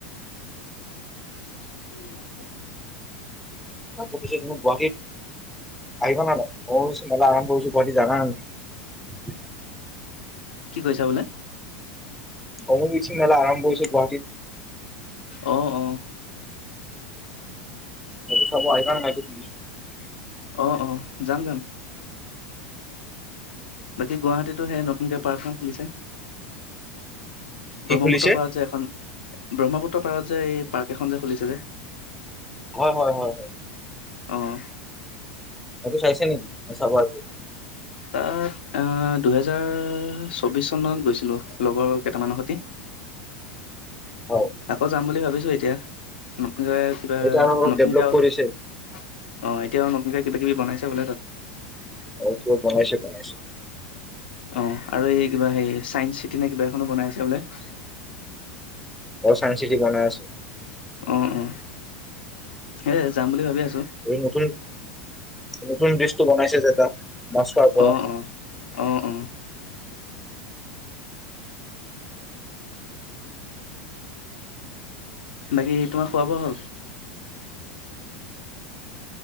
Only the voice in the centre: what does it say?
তাকৌ পিছে, তোমাৰ গুৱাহাটীত আহিবা না নাই? <unintelligible> মেলা আৰম্ভ কৰিছোঁ গুৱাহাটী জানা নাই?
অম্বুবাচী মেলা আৰম্ভ হৈছে গুৱাহাটীত।
এইটো চাব আহিবা নে নাই তুমি?
কি
খুলিছে?
হয়, হয়, হয়, হয়।
সিইটো চাইছে নেকি? চাব আহিব?
হয়
সেইটো আৰু অলপ
ডেভলপ
কৰিছে
হয় বমাইছে ব ।
চাই চিটি বনাই আছে
এই নক নতুন ব্ৰিছটো বনাইছে যে তাত মছ পৰা